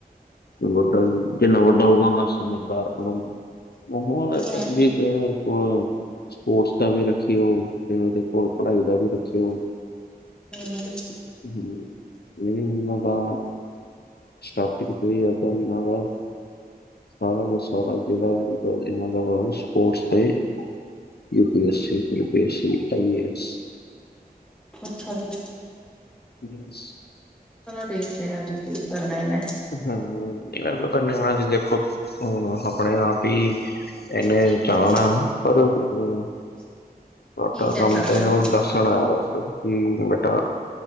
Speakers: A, on the left (about 80°); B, in the centre.
A: ਉਹ ਵੱਡਾ, ਜਿੰਨਾ ਵੱਡਾ ਹੋਊਗਾ ਓਨਾ ਸਮਝਦਾਰ ਬਣੂ ਮਾਹੌਲ
B: ਹੂੰ
A: ਤੰਗੀ ਤੈ ਕੋਲ ਸਪੋਰਟਸ ਦਾ ਵੀ ਰੱਖਿਔ, ਤੇ ਉਹਦੇ ਕੋਲ ਪੜ੍ਹਾਈ ਦਾ ਵੀ ਰੱਖਿਔ
B: ਹੇਮਨ
A: ਹਮ, ਮੇਰੀ ਮੰਨੋ ਤਾਂ ਸਟਾਫ ਹੀ ਆਦਾ ਮਾਵਾ ਹਾਂ ਸਾਰਾ ਜੇੜਾ ਇਹਨਾਂ ਦਾ ਵਾ ਸਪੋਰਟਸ ਤੇ U P S C, P P S C, ਆਈਏ ਐੱਸ
B: ਅੱਛਾ ਜੀ
A: ਜੈਸ
B: ਚਲੋ ਦੇਖਦੇ ਹਾਂ ਅਜ ਕੀ ਕਰਨਾ ਇਹਨੇ
A: ਹਮ, ਐਦਾ ਤਾਂ ਨਿਆਣਾ ਵੀ ਦੇਖੋ, ਹਮ ਆਪਣੇ ਆਪ ਹੀ ਇਹਨੇ
B: ਠੀਕ
A: ਜਾਣਾ
B: ਹੈ
A: ਪਰ ਉਹ
B: <inaudible>
A: ਆਪਣਾ
B: ਕੀ ਕਹਿ
A: ਕੰਮ
B: ਸਕਦੇ
A: ਤੇ ਇਹਨਾਂ
B: ਆ
A: ਨੂੰ ਦੱਸ ਥੋੜਾ ਹੋਰ ਸਭ ਕਿ ਬੇਟਾ